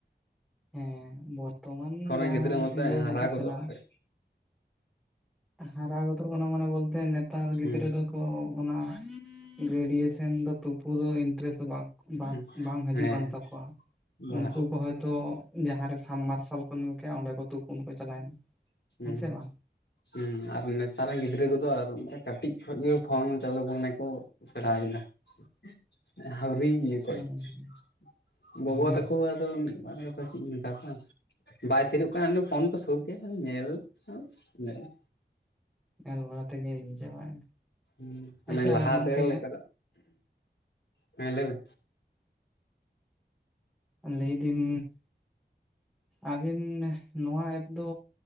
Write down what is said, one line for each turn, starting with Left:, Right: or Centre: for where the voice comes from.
Centre: ᱦᱮᱸ ᱵᱚᱨᱛᱚᱢᱟᱱ
Left: ᱮᱠᱷᱚᱱ
Centre: ᱡᱟᱦᱟᱸ
Left: ᱨᱮᱱ ᱜᱤᱫᱽᱨᱟᱹ ᱢᱟᱛᱚ
Centre: ᱤᱭᱟᱹ
Left: ᱦᱟᱨᱟ
Centre: ᱦᱟᱹᱡᱩᱜ ᱠᱟᱱᱟ
Left: ᱜᱚᱫᱚᱜ ᱠᱷᱚᱡ
Centre: ᱦᱟᱨᱟ ᱜᱚᱫᱚᱜ ᱠᱟᱱᱟ ᱢᱟᱱᱮ ᱵᱚᱞᱛᱮ ᱱᱮᱛᱟᱨ
Left: ᱦᱩᱸ
Centre: ᱜᱤᱫᱽᱨᱟᱹ ᱫᱚ ᱛᱚ ᱚᱱᱟ ᱜᱟᱹᱰᱤᱭᱟᱹ ᱥᱮᱱ ᱫᱚ ᱛᱩᱯᱩ ᱫᱚ ᱤᱱᱴᱨᱮᱥ ᱵᱟᱝ ᱵᱟᱸᱫᱽ
Left: ᱦᱩᱸ
Centre: ᱵᱟᱝ ᱦᱤᱡᱩᱜ
Left: ᱦᱮᱸ
Centre: ᱠᱟᱱ ᱛᱟᱠᱚᱣᱟ
Left: ᱵᱟ
Centre: ᱩᱱᱠᱩ ᱠᱚ ᱦᱚᱭᱛᱳ ᱡᱟᱦᱟᱸ ᱨᱮ ᱥᱟᱢ ᱢᱟᱨᱥᱟᱞ ᱠᱚ ᱧᱮᱞ ᱠᱮᱜ-ᱟ ᱚᱸᱰᱮ ᱠᱚ ᱛᱩᱯᱩᱱ ᱠᱚ ᱪᱟᱞᱟᱣᱮᱱᱟ᱾
Left: <unintelligible>
Centre: ᱦᱮᱸ ᱥᱮ ᱵᱟᱝ
Left: <unintelligible> ᱟᱨ ᱱᱮᱛᱟᱨ ᱨᱮᱱ ᱜᱤᱫᱽᱨᱟᱹ ᱠᱚᱫᱚ ᱟᱨ ᱠᱟᱴᱤᱡ ᱠᱷᱚᱡ ᱜᱮ ᱯᱷᱳᱱ ᱪᱟᱹᱞᱩ ᱢᱚᱱᱮ ᱠᱚ <unintelligible> ᱦᱟᱹᱣᱨᱤ ᱤᱭᱟᱹ <unintelligible>
Centre: ᱦᱮᱸ
Left: ᱜᱚᱜᱚ
Centre: ᱦᱮᱸ
Left: ᱛᱟᱠᱚ ᱟᱫᱚ <unintelligible> ᱪᱮᱫ ᱤᱧ ᱢᱮᱛᱟ ᱠᱚᱣᱟ ᱵᱟᱭ ᱛᱷᱤᱨᱩᱜ ᱠᱟᱱ ᱯᱷᱳᱱ ᱛᱚ ᱥᱩᱨ ᱛᱮ ᱧᱮᱞ <unintelligible>
Centre: ᱧᱮᱞ ᱵᱟᱲᱟ ᱛᱮᱜᱮ <unintelligible>
Left: <unintelligible>
Centre: ᱟᱪᱪᱷᱟ
Left: ᱞᱟᱦᱟᱛᱮ
Centre: ᱜᱚᱝᱠᱮ
Left: ᱞᱮᱠᱟᱱᱟᱜ ᱦᱮᱸ ᱞᱟᱹᱭ ᱢᱮ
Centre: ᱞᱟᱹᱭᱫᱤᱱ ᱟᱵᱤᱱ ᱱᱚᱣᱟ ᱮᱯ ᱫᱚ